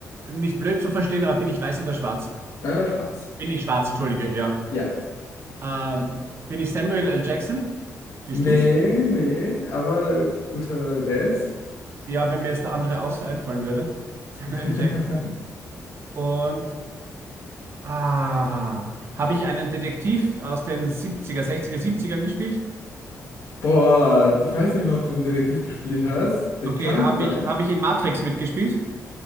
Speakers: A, on the right (about 45°); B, on the left (about 60°).
A: nicht blöd zu verstehen, aber bin ich weiß oder schwarz?
B: Äh, Schwarz.
A: Bin ich schwarz, entschuldige, ja.
B: Ja.
A: Ähm, bin ich Samuel L. Jackson? Bist
B: Nee,
A: du's?
B: nee, aber guter Guess.
A: Ja, wenn mir jetzt der andere außer einfallen würde. <laughs> Samuel
B: <laughs>
A: L. Jackson. Und Ah, habe ich einen Detektiv aus den siebziger, sechziger, 60 gespielt?
B: Boah, ich weiß nicht mal, ob du einen Detektiv gespielt hast. Ich
A: Okay,
B: kann
A: habe
B: sein.
A: ich, habe ich in Matrix mitgespielt?